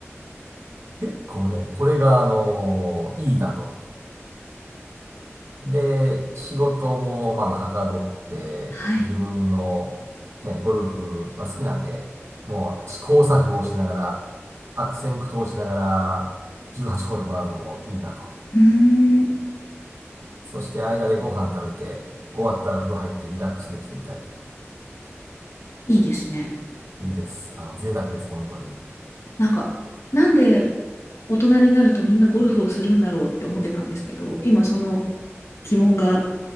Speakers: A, on the right; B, on the left.
A: ら <laughs> 結構ね、これがあのーいいなと。で、仕事もまあまあはかどって、
B: はい。
A: 自分のね、ゴルフは好きなんで、もう試行錯誤をしながら、悪戦苦闘しながら、18ホール回るのもいいなと。
B: うーん。
A: そして間でご飯食べて、終わったら風呂入ってリラックスできてみたいな。
B: いいですね。
A: いいです。あの、贅沢です、本当に。
B: なんか、なんで大人になるとみんなゴルフをするんだろうって思ってたんですけど、今その疑問が